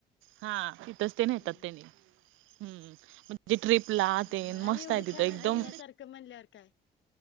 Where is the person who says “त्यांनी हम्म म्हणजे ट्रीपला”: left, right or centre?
Right